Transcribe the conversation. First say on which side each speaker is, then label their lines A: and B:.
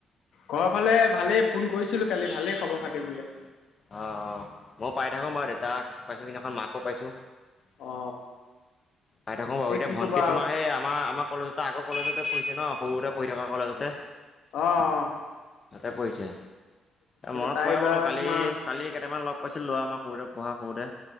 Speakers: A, on the left (about 75°); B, on the left (about 35°).
A: ঘৰৰ ফালে ভালেই ফোন কৰিছিলো কালি ভালেই খবৰ খাতি বোলে
B: অ', অ', মই পাই থাকো বাৰু দেউ তাক পাইছো সেইদিনাখন মাকো পাইছো
A: অ
B: পাই থাকোঁ বাৰু
A: এই
B: এতিয়া
A: কি
B: ভণ্টি
A: কবা আৰু
B: তোমাৰ সেই আমাৰ আমাৰ কলেজতে আগৰ কলেজতে পঢ়িছে ন সৰুতে পঢ়ি থকা কলেজতে
A: অ', অ', অ'।
B: তাতে পৰিছে, মনত
A: তাই
B: পৰে
A: এইবাৰ
B: বোলো কালি-কালি
A: তোমাৰ
B: কেইটামানক লগ পাইছিলো ল'ৰা আমাৰ সৰুতে মই সৰুতে,